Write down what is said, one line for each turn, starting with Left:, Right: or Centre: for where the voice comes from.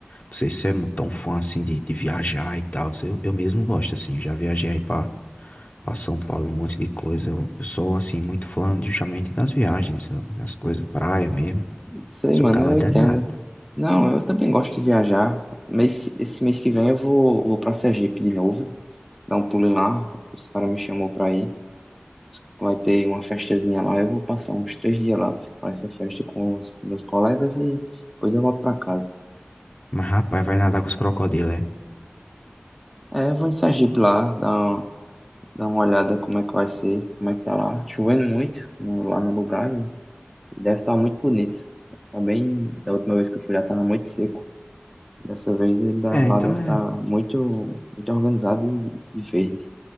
Left: não sei se é mu- tão fã assim de, de viajar e tal. Eu, eu mesmo gosto, assim, eu já viajei aí pra, pra São Paulo, um monte de coisa. Eu, eu sou assim, muito fã justamente das viagens, eu- das coisas, praia mesmo.
Centre: Sei,
Left: Sou
Centre: mano,
Left: cara
Centre: eu
Left: danado.
Centre: entendo. Não, eu também gosto de viajar. Mês, esse mês que vem eu vou, vou pra Sergipe de novo. Dar um pulo lá. Os caras me chamou pra ir. Vai ter uma festazinha lá. Eu vou passar uns três dias lá pra essa festa com os com meus colegas e depois eu volto pra casa.
Left: Mas rapaz, vai nadar com os crocodilos, é?
Centre: É, eu vou em Sergipe lá, dar Dá uma olhada como é que vai ser, como é que tá lá. Chovendo muito no- lá no lugar e e deve estar muito bonito. Tá bem, da última vez que eu fui lá tava muito seco. Dessa vez ele dá-
Left: É,
Centre: lá
Left: então
Centre: deve estar
Left: é.
Centre: muito, muito organizado e, e verde.